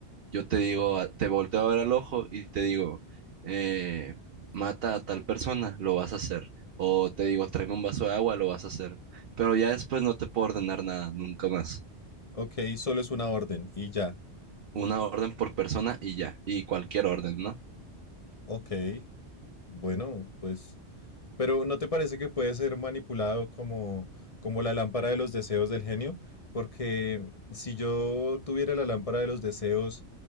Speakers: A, on the right; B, on the left.
A: yo te digo, a- te volteo a ver al ojo y te digo, eh, mata a tal persona, lo vas a hacer. O te digo, tráeme un vaso de agua, lo vas a hacer. Pero ya después no te puedo ordenar nada, nunca más.
B: Ok, solo es una orden y ya.
A: Una orden por persona y ya, y cualquier orden, ¿no?
B: Ok, bueno, pues... Pero ¿no te parece que puede ser manipulado como, como la lámpara de los deseos del genio? Porque si yo tuviera la lámpara de los deseos